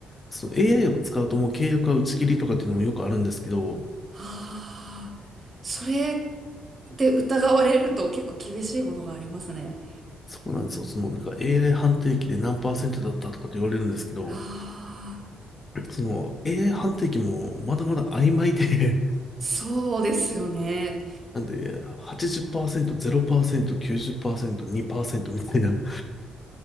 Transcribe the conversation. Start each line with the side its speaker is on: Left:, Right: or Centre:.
Left: その AI を使うともう契約は打ち切りとかっていうのもよくあるんですけど、
Right: ああ、それで疑われると結構厳しいものがありますね。
Left: そうなんですよ。そのなんか AI 判定機で何パーセントだったとかって言われるんですけど、
Right: ああ、
Left: その AI 判定機もまだまだ曖昧で、
Right: そうですよね。
Left: <laughs> なんで80%、0%、90%、2%みたいな、